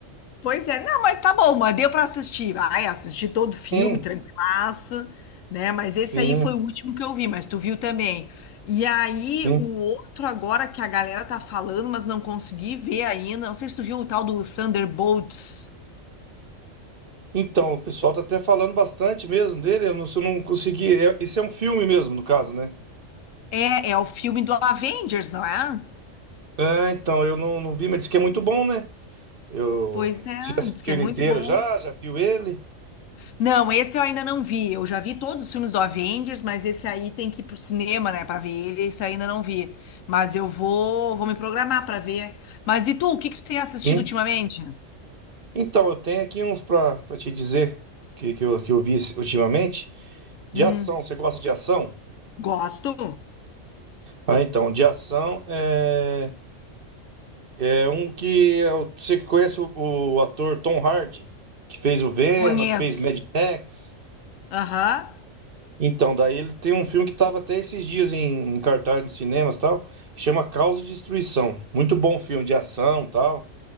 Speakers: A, on the left; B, on the right.
A: Pois é, não, mas tá bom, mas deu pra assistir. Vai, assisti todo o filme,
B: <laughs>
A: tranquilaço, né? Mas
B: Sim,
A: esse aí foi
B: sim.
A: o último que eu vi, mas tu viu também. E aí,
B: sim.
A: o outro agora que a galera tá falando, mas não consegui ver ainda. Não sei se tu viu o tal do Thunderbolts.
B: Então, o pessoal tá até falando bastante mesmo dele. Eu não, se eu não consegui. é- esse é um filme mesmo, no caso, né?
A: É, é o filme do Avengers, não é?
B: Ah, então, eu não, não vi, mas diz que é muito bom, né? Eu.
A: Pois é,
B: Você já assistiu
A: diz que é
B: ele
A: muito
B: inteiro
A: bom.
B: já? Já viu ele?
A: Não, esse eu ainda não vi. Eu já vi todos os filmes do Avengers, mas esse aí tem que ir pro cinema, né, Pra ver ele. Esse eu ainda não vi. Mas eu vou, vou me programar pra ver. Mas e tu, o que que tu tem assistido
B: Sim.
A: ultimamente?
B: Então, eu tenho aqui uns pra, pra te dizer que, que, eu, que eu vi esse- ultimamente. De
A: Hum,
B: ação, você gosta de ação?
A: gosto.
B: Ah, então, de ação é. É um que. é o- Você que conhece o, o ator Tom Hardy, que fez o Venom,
A: Conheço.
B: que fez Mad Max.
A: Aham.
B: Então, daí ele tem um filme que estava até esses dias em, em cartaz nos cinemas e tal, chama Causa e Destruição. Muito bom filme de ação e tal.